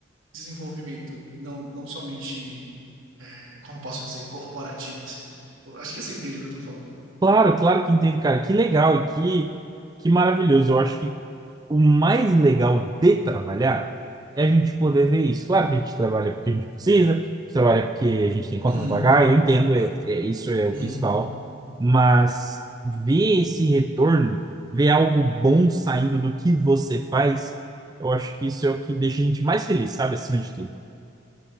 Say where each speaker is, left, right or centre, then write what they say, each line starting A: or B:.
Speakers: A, on the right; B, on the right.
A: desenvolvimento, não, não somente, é, como posso dizer, corporativo, assim, né? Tipo, acho que você entende o que eu tô falando.
B: Claro, claro que entendo, cara. Que legal e que, que maravilhoso. Eu acho que o mais legal de trabalhar é a gente poder ver isso. Claro que a gente trabalha porque a gente precisa, a gente trabalha porque a gente tem conta
A: Uhum,
B: para pagar, eu entendo, é, é- isso é o
A: uhum.
B: principal, mas ver esse retorno, ver algo bom saindo do que você faz, eu acho que isso é o que deixa a gente mais feliz, sabe? Acima de tudo.